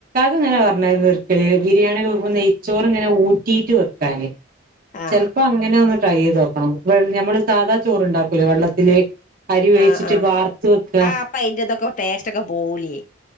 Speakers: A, on the right (about 45°); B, on the left (about 40°).
A: അങ്ങനെ പറഞ്ഞായിരുന്നു ഒരിക്കല ബിരിയാണിക്കെക്കുമ്പോ നെയ്ച്ചോറ് ഇങ്ങനെ ഊട്ടിട്ട് വെക്കാാന്
B: ആഹ്
A: ചെിലപ്പോ അങ്ങനെ ഒന്ന് ട്രൈ ചെയ്ത്ോക്കണം നമ്മള് സാധാ ചോറ്ണ്ടാക്കൂല വെള്ളത്തില അരി വേഴിച്ചിട്ട്
B: ആഹ് ആഹ് ആഹ്
A: പാർത്ത വെക്ക
B: അപ്പൊ അയിന്റെ ഇതൊക്കെ ടേസ്റ്റ് ഒക്കെ പോവൂലേ